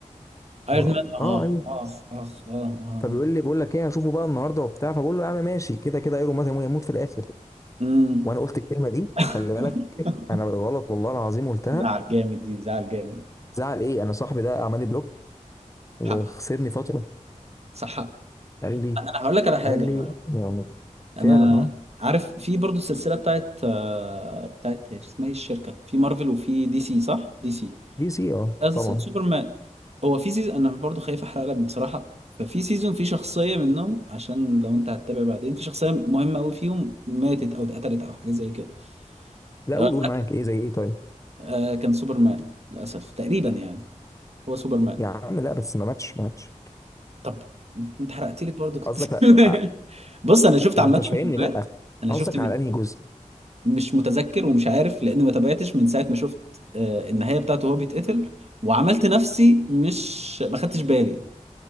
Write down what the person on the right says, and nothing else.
ايرون مان اه
اخ اخ اه اه
امم
<laughs>
زعل جامد دي زعل جامد
حق
صح حق
انا هقول لك على حاجه
انا
عارف في برضو السلسله بتاعت آه، بتاعت اسمها ايه الشركه في مارفل وفي دي سي صح دي سي
أس-
سوبرمان هو في سيزون انا برضو خايف احرق لك بصراحه ففي سيزون في شخصيه منهم عشان لو انت هتتابع بعدين في شخصيه مهمه قوي فيهم ماتت او اتقتلت او حاجه زي كده
آه،
آه، كان سوبرمان للاسف تقريبا يعني هو سوبرمان
طب انت حرقت لك برضه كنت
<laughs> بص انا شفت
عامه
<laughs>
فيديوهات
انا
شفت فيديو
مش متذكر ومش عارف لان ما تابعتش من ساعه ما شفت آه، النهايه بتاعته وهو بيتقتل وعملت نفسي مش ما خدتش بالي